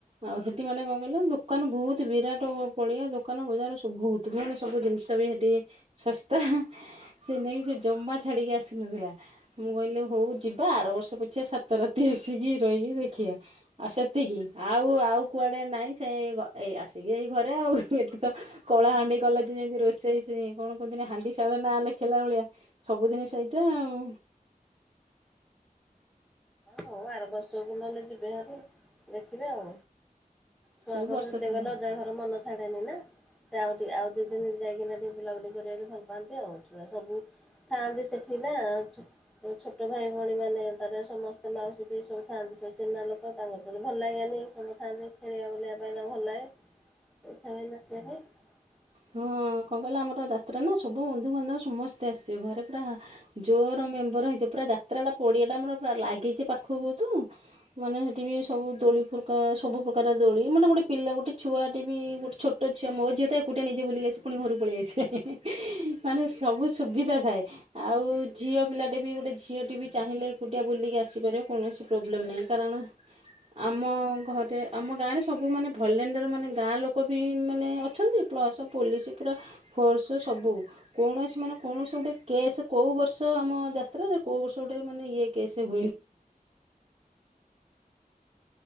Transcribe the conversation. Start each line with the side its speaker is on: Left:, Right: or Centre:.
Right: ଆଉ ହେଠି ମାନେ କଣ କହିଲ ଦୋକାନ ବହୁତ ବିରାଟ ପଡିଆ ଦୋକାନ ବଜାରୁ ବହୁତ ପାନ ସବୁ ଜିନିଷ ବି ହେଠି ଶସ୍ତା ସେ ନେଇକି ସେ ଜମା ଛାଡିକି ଆସିନଥିଲା। ମୁଁ କହିଲି ହଉ ଯିବା ଆର ବର୍ଷ ପଛଆ ସାତ ରାତି ଆସିକି ରହିକି ଦେଖିବା ଆଉ ସେତିକି ଆଉ ଆଉ କୁଆଡେ ନାଇଁ ସେ ଏ ଆସିକି ଏଇ ଘରେ ଆଉ ଏଠି ତ କଳା ହାଣ୍ଡି କଲା ଯେ ଯେମତି ରୋଷେଇ ସେ କଣ କୁହନ୍ତି ହାଣ୍ଡି ସାଳ ନା ଲେଖିଲା ଭଳିଆ ସବୁଦିନି ସେଇଟା ଆଉ।
Centre: ହଉ ଆର ବର୍ଷକୁ ନହେଲେ ଯିବେ ହାରି ଦେଖିବେ ଆଉ। ଛୁଆଙ୍କର
Right: ସେଇ ବର୍ଷ
Centre: <inaudible> ଘର ମନ ଛାଡେନି ନା। ସେ ଆଉ ଟଠି ଆଉ ଦି ଦିନ ଯାଇକି ନା ବୁଲାବୁଲି ଭଲ ପାଆନ୍ତି ଆଉଆ ସବୁ ଥାଆନ୍ତି ସେଠୀ ନା ଆଉ ଛୋଟ ଭାଇ ଭଉଣୀ ମାନେ ତାରେ ସମସ୍ତେ ମାଉସୀ ପିଉସୀ ଥାନ୍ତି ସବୁ ଚିହ୍ନା ଲୋକ ତାଙ୍କ ଭଲ ଲାଗୋନି ସବୁ ଥାଆନ୍ତି ଖେଳିବା ବୁଳିବା ପାଇଁ ତାଙ୍କୁ ଭଲ ଲାଗେ। <inaudible>
Right: ହଁ କଣ କହିଲ ଆମର ଯାତ୍ରା ନା ସବୁ ବନ୍ଧୁବାନ୍ଧବ ସମସ୍ତେ ଆସିଥିବେ ଘରେ ପୁରା ଜୋର ମେମ୍ବର ହେଇଥିବ ପୁରା ଯାତ୍ରାଟା ପଡ଼ିଆଟା ଆମର ପୁରା ଲାଗିଛି ପାଖକୁ ତ ମାନେ ହେଠି ବି ସବୁ ଦୋଳି ଫୁର ସବୁ ପ୍ରକାର ଦୋଳି ମାନେ ଗୋଟେ ପିଲା ଗୋଟେ ଛୁଆଟି ବି ଗଟେ ଛୋଟ ଝିଅ ମୋ ଝଅ ତ ଏକୁଟିଆ ନିଜେ ବୁଲିକି ଆସେ ପୁଣି ଘକୁ ପଳେଇ ଆସେ ମାନେ ସବୁ ସୁବିଧା ଥାଏ ଆଉ ଝିଅ ପିଲାଟେ ବି ଗୋଟେ ଝିଅଟିେ ବି ଚାହିଁଲେ ଏକୁଟିଆ ବୁଲିକି ଆସିପାରିବ କୌଣସି ପ୍ରୋବ୍ଲେମ୍ ନାହିଁ କାରଣ ଆମ ଘରେ ଆମ ଗାଁରେ ସବୁ ମାନେ ଭଲେଣ୍ଡର ମାନେ ଗାଁ ଲୋକ ଲୋକ ବି ମାନେ ଅଛନ୍ତି ପ୍ଲସ ପୋଲିସ ପୁରା ଫୋର୍ସ ସବୁ କୌଣସି ମାନେ କୌଣସି ଗୋଟେ କେସ୍ କୋଉ ବର୍ଷ ଆମ ଯାତ୍ରାରେ କୋଉ ବର୍ଷ ଗୋଟେ ମାନେ ଇଏ କେସ୍ <inaudible>